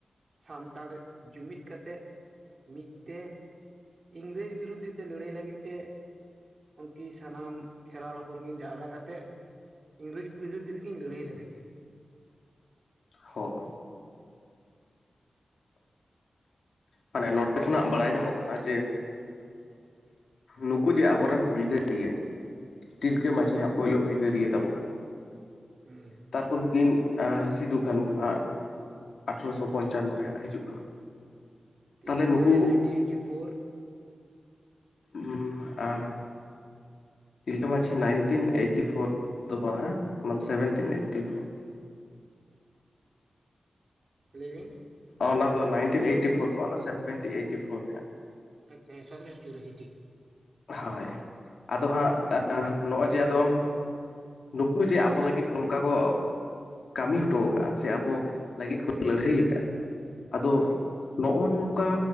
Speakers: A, on the right; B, on the left.
A: ᱥᱟᱱᱛᱟᱲ ᱡᱩᱢᱤᱫ ᱠᱟᱛᱮᱜ ᱢᱤᱫ ᱛᱮ ᱤᱝᱨᱮᱡᱽ ᱵᱤᱨᱩᱫᱽᱫ ᱛᱮ ᱞᱟᱹᱲᱦᱟᱹᱭ ᱞᱟᱹᱜᱤᱫ ᱛᱮ ᱩᱱᱠᱤᱱ ᱥᱟᱱᱟᱢ ᱠᱷᱮᱨᱣᱟᱞ ᱦᱚᱯᱚᱱ ᱠᱤᱱ ᱡᱟᱣᱨᱟ ᱠᱟᱛᱮᱫ ᱤᱝᱨᱮᱡᱽ <unintelligible> ᱛᱮᱠᱤᱱ ᱞᱟᱹᱲᱦᱟᱹᱭ ᱞᱮᱫᱟ ᱠᱤᱱ
B: ᱦᱳᱭ ᱢᱟᱱᱮ ᱱᱚᱸᱰᱮ ᱠᱷᱚᱱᱟᱜ ᱵᱟᱲᱟᱭ ᱧᱟᱢᱚᱜ ᱠᱟᱱᱟ ᱡᱮ ᱱᱩᱠᱩ ᱡᱮ ᱟᱵᱚᱨᱮᱱ ᱦᱩᱞᱜᱟᱹᱨᱤᱭᱟᱹ ᱛᱤᱞᱠᱟᱹ
A: ᱮᱠᱫᱚᱢ
B: ᱢᱟᱹᱷᱤ ᱦᱟᱸᱜ ᱯᱳᱭᱞᱳ ᱦᱩᱞᱜᱟᱹᱨᱤᱭᱟᱹ ᱛᱟᱵᱚᱱ
A: ᱦᱩᱸ
B: ᱛᱟᱨᱯᱚᱨ ᱱᱩᱠᱤᱱ ᱥᱤᱫᱩ ᱠᱟᱹᱱᱦᱩ ᱦᱟᱸᱜ ᱟᱴᱷᱨᱚᱥᱚ ᱯᱚᱧᱪᱟᱱᱱᱚ ᱨᱮ ᱦᱟᱸ ᱦᱤᱡᱩᱜ ᱠᱟᱱᱟ
A: ᱛᱤᱞᱠᱟᱹ
B: ᱛᱟᱦᱚᱞᱮ ᱱᱩᱠᱩ
A: ᱢᱟᱹᱡᱷᱤ ᱱᱟᱭᱤᱱᱴᱤ ᱮᱴᱤ ᱯᱷᱳᱨ
B: ᱦᱩᱸᱻᱟ ᱛᱤᱞᱠᱟᱹ ᱢᱟᱪᱷᱤ ᱱᱟᱭᱤᱱᱴᱤᱱ ᱮᱭᱤᱴᱴᱤ ᱯᱷᱳᱨ ᱫᱚ ᱵᱟᱝᱼᱟ ᱚᱱᱟ ᱥᱮᱵᱷᱮᱱᱴᱤᱱ ᱮᱭᱤᱴᱴᱤ ᱯᱷᱳᱨ᱾ <inaudible>
A: ᱞᱟᱹᱭ ᱵᱤᱱ
B: ᱚᱱᱟ ᱫᱚ ᱱᱟᱭᱤᱱᱴ ᱮᱭᱤ ᱯᱷᱳᱨ ᱫᱚ ᱵᱟᱝ ᱥᱮᱵᱷᱮᱱ ᱮᱭ ᱯᱷᱳᱨ ᱦᱟᱜ
A: <unintelligible> ᱟᱪᱪᱷᱟᱸ ᱥᱟᱛᱮᱨᱚᱥᱚ ᱪᱩᱨᱟᱥᱤ ᱴᱷᱤᱠ
B: ᱦᱳᱭ ᱟᱫᱚ ᱦᱟᱸᱜ ᱱᱚᱜᱼᱚᱭ ᱡᱮ ᱟᱫᱚ ᱱᱩᱠᱩ ᱡᱮ ᱟᱵᱚ ᱞᱟᱹᱜᱤᱫ ᱱᱚᱝᱠᱟ ᱠᱚ ᱠᱟᱹᱢᱤ ᱦᱚᱴᱚ ᱟᱠᱟᱫᱼᱟ ᱥᱮ ᱟᱵᱚ ᱞᱟᱹᱜᱤᱫ ᱠᱚ ᱞᱟᱹᱲᱦᱟᱹᱭ ᱟᱠᱟᱫᱼᱟ᱾ ᱟᱫᱚ
A: ᱦᱩᱸ
B: ᱱᱚᱜᱼᱚᱭ ᱱᱚᱝᱠᱟ